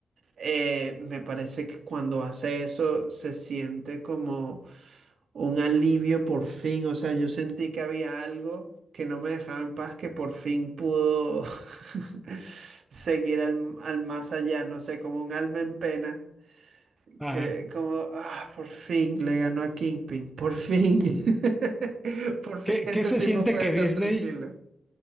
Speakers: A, on the right; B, in the centre.
A: eh, me parece que cuando hace eso se siente como un alivio por fin, o sea, yo sentí que había algo que no me dejaba en paz, que por fin pudo <laughs> seguir al, al más allá, no sé, como un alma en pena
B: ajá.
A: que como, ah, por fin le ganó a Kingpin, por fin. <laughs> Por fin
B: ¿Qué,
A: este
B: qué se
A: tipo
B: siente
A: puede
B: que
A: estar
B: Disney,
A: tranquilo.